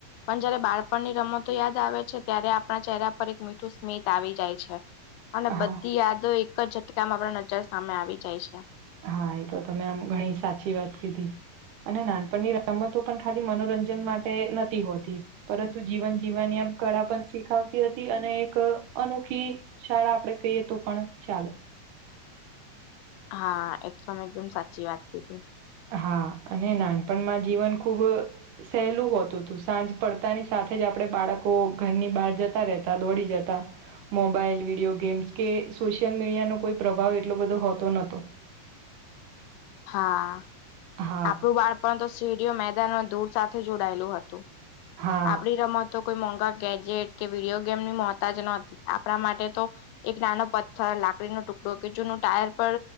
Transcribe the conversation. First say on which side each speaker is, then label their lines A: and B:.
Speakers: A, on the left; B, on the right.
A: પણ જયારે બાળપણની રમતો યાદ આવે છે, ત્યારે આપણા ચહેરા પર એક મીઠું સ્મિત આવી જાય છે. અને
B: હા
A: બધી યાદો એક જ ઝટકામાં આપણી નજર સામે આવી જાય છે.
B: હા, એ તો તમે આમ ઘણી સાચી વાત કીધી. અને નાનપણની રમતો પણ ખાલી મનોરંજન માટે નથી હોતી. પરંતુ જીવન જીવવાની આમ કળા પણ શીખાવતી હતી, અને એક અનોખી શાળા આપડે કહીયે તો પણ ચાલે.
A: હા, એકદમ એકદમ સાચી વાત કીધી.
B: હા, અને નાનપણ માં જીવન ખૂબ સહેલું હોતું હતું, સાંજ પડતાની સાથે જ આપડે બાળકો ઘરની બહાર જતા રહેતા, દોડી જતા મોબાઈલ, વિડીયો ગેમ્સ કે સોશિયલ મીડિયાનો કોઈ પ્રભાવ એટલો બધો હોતો નહોતો.
A: હા
B: હા
A: આપણું બાળપણ તો સીડીઓ, મેદાનમાં દૂર સાથે જોડાયેલું હતું,
B: હા
A: આપણી રમત તો કોઈ મોંઘા ગેજેટ કે વિડીયો ગેમની મોહતાજ નહતી, આપણા માટે તો એક નાનો પથ્થર, લાકડી નો ટુકડો, કે જૂનું ટાયર પર